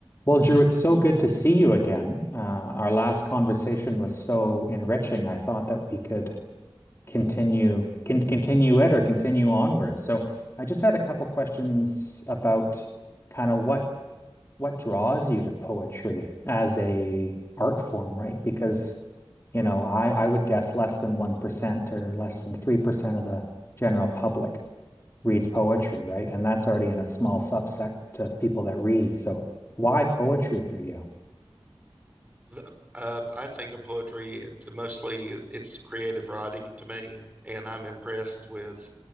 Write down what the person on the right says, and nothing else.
uh, uh, I think of poetry it- mostly it's creative writing to me, and I'm impressed with